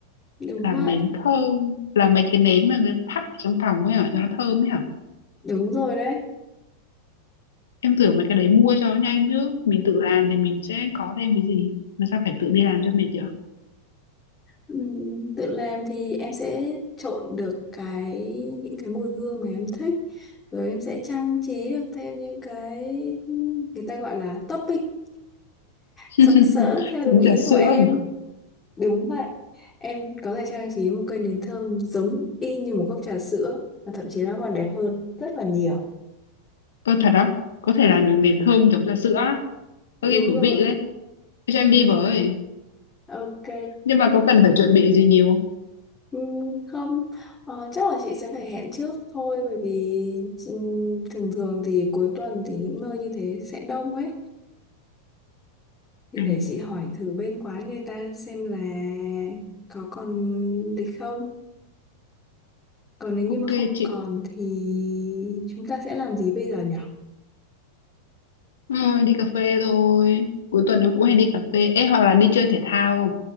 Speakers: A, on the left; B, on the left.
A: đúng
B: làm
A: vậy
B: nến thơm làm mấy cái nến mà người ta thắp ở trong phòng ấy hả cho nó thơm ấy hả
A: đúng rồi đấy
B: em tưởng mấy cái đấy mua cho nó nhanh chứ mình tự làm thì mình sẽ có thêm cái gì mà sao phải tự đi làm cho mệt chứ
A: Ừm, tự làm thì em sẽ trộn được cái những cái mùi hương mà em thích rồi em sẽ trang trí được thêm những cái ừm, người ta gọi là topping
B: <laughs>
A: sặc sỡ theo đúng
B: giống
A: ý
B: trà sữa
A: của em
B: nhỉ
A: đúng vậy em có thể trang trí một cây nến thơm giống y như một cốc trà sữa và thậm chí nó còn đẹp hơn rất là nhiều
B: có thật á có thể làm được nến thơm giống trà sữa á
A: đúng
B: có nghe thú
A: rồi
B: vị đấy Thế cho em đi với
A: ok
B: Nhưng mà có cần phải chuẩn bị gì nhiều không?
A: Ừ, không ờ, chắc là chị sẽ phải hẹn trước thôi bởi vì ừm, thường thường thì cuối tuần thì những nơi như thế sẽ đông ấy thì
B: À,
A: để chị hỏi thử bên quán người ta xem là có còn lịch không còn nếu như
B: ok
A: mà không
B: chị.
A: còn thì chúng ta sẽ làm gì bây giờ nhỉ
B: Ờ, đi cà phê thôi. Cuối tuần nó cũng hay đi cà phê. Ê, hoặc là đi chơi thể thao không?